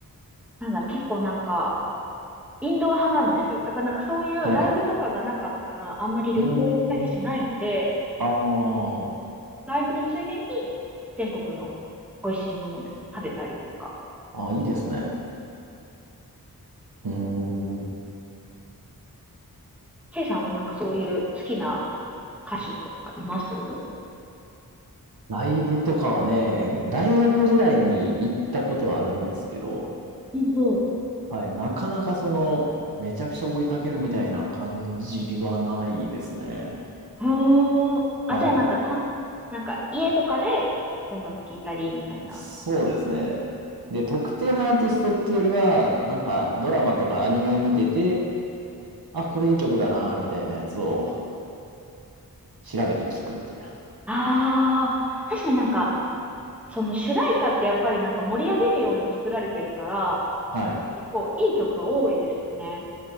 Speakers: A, in the centre; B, on the right.
A: なんだ、結構なんか、インドア派なんですよ。だからなんかそういうライブとかがなかったら、
B: はい。
A: あんまり旅行行ったりしないので、
B: うーん、あ
A: そのライブのついでに全国の美味しいものを食べたりとか。
B: あ、ああ、いいですね。うーん。
A: ケイさんはなんかそういう好きな歌手とかいます
B: ライブとかはね、大学時代に行ったことはあるんですけど、
A: ほうほう。
B: はい、なかなかその、めちゃくちゃ追いかけるみたいな感じはないですね。
A: あーあ、
B: はい。
A: じゃあなんかた、なんか家とかで音楽聴いたりみたいな。
B: そうですね。で、特定のアーティストっていうよりは、なんかドラマとかアニメを見てて、あ、これいい曲だな、みたいなやつを調べて聞くみたいな。
A: ああ、確かになんか、その主題歌ってやっぱりなんか盛り上げるように作られてるから、
B: はい。
A: 結構いい曲多いですよね。